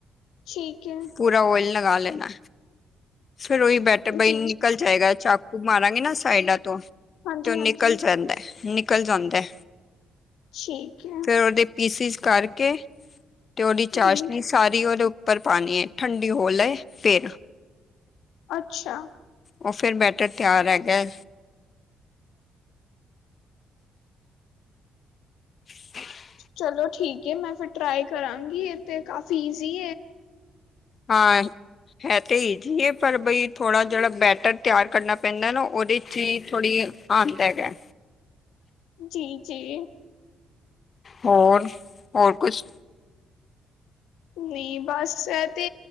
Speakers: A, on the left; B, on the left.
A: ਠੀਕ ਹੈ।
B: ਪੂਰਾ ਓਇਲ ਲਗਾ ਲੈਣਾ ਫਿਰ ਉਹੀ ਬੈਠ ਬਾਈ
A: ਜੀ
B: ਨਿਕਲ। ਜਾਏਗਾ ਚਾਕੂ ਮਾਰਾਂਗੀ ਨਾ ਸਾਈਡਾਂ ਤੋਂ
A: ਹਾਂਜੀ
B: ਤੇ ਉਹ ਨਿਕਲ
A: ਹਾਂਜੀ
B: ਜਾਂਦਾ ਨਿਕਲ ਜਾਂਦਾ।
A: ਠੀਕ ਹੈ।
B: ਫਿਰ ਉਹਦੇ ਪੀਸ ਕਰਕੇ ਤੇ ਉਹਦੀ ਚਾਸ਼ਨੀ
A: ਜੀ
B: ਸੀ। ਤਾਜੀ ਉਹਦੇ ਉੱਪਰ ਪਾਣੀ ਹੈ ਠੰਡੀ ਹੋ ਲ ਹੈ ਫਿਰ
A: ਅੱਛਾ।
B: ਉਹ ਫਿਰ ਬੈਟਰ ਤਿਆਰ ਹੈਗਾ। <unintelligible>
A: ਚਲੋ ਠੀਕ ਹੈ ਮੈਂ ਫਿਰ ਟਰਾਈ ਕਰਾਂਗੀ ਇਹ ਤੇ ਕਾਫੀ ਈਜ਼ੀ
B: ਹਾਂ, ਹੈ ਤੇ ਹੀ ਈਜੀ ਪਰ ਬਈ ਥੋੜਾ ਜਿਹੜਾ ਬੈਟਰ ਤਿਆਰ ਕਰਨਾ ਪੈਂਦਾ ਨਾ ਉਹਦੇ ਚ ਹੀ ਥੋੜੀ ਅੰਦਾ ਹੈਗਾ।
A: ਜੀ ਜੀ,
B: ਹੋਰ ਹੋਰ ਕੁਛ
A: ਨਹੀਂ ਬਸ ਇਹ ਤੇ